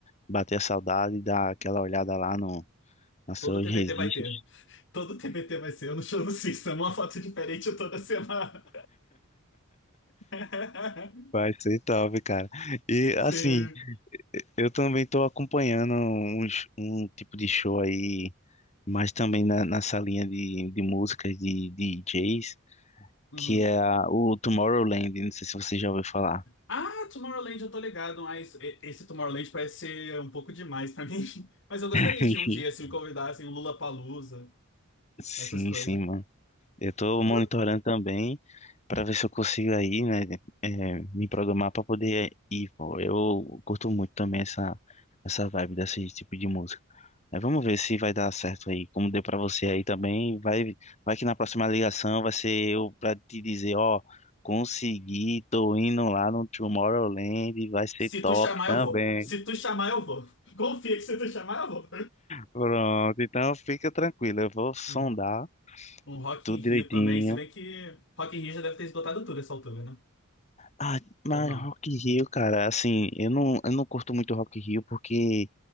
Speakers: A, on the left (about 30°); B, on the left (about 55°).
A: bater a saudade, dar aquela olhada lá no, nos
B: Todo
A: seus
B: TBT
A: registros.
B: vai ter. Todo TBT vai ser. Eu não chamo System, uma foto diferente toda semana. <laughs>
A: Vai ser top, cara. E assim,
B: Sim.
A: eu também tô acompanhando uns, um tipo de show aí, mas também na, nessa linha de, de músicas de, de DJs,
B: Uhum.
A: que é a- o Tomorrowland. Não sei se você já ouviu falar.
B: Ah, Tomorrowland, eu tô ligado, mas e- esse Tomorrowland parece ser um pouco demais pra mim. <laughs> Mas eu gostaria
A: <laughs>
B: de um dia, se me convidassem, um Lollapalooza,
A: Sim,
B: essas coisas.
A: sim, mano. Eu tô
B: Lula...
A: monitorando também para ver se eu consigo aí, né, é, me programar para poder ir, pô. Eu curto muito também essa essa vibe desse tipo de música. Aí vamos ver se vai dar certo aí, como deu pra você aí também. Vai, vai que na próxima ligação vai ser eu pra te dizer, ó, consegui, tô indo lá no Tomorrowland, vai ser
B: Se
A: top
B: tu chamar,
A: também.
B: eu vou. Se tu chamar, eu vou. <laughs> Confia que se tu chamar, eu vou.
A: Pronto, então fica tranquilo, eu vou sondar
B: Um, um Rock
A: tudo
B: in
A: direitinho.
B: Rio também, se bem que Rock in Rio já deve ter esgotado tudo essa altura, né?
A: Ah, mas
B: Ou não?
A: Rock in Rio, cara, assim, eu não, eu não curto muito Rock in Rio porque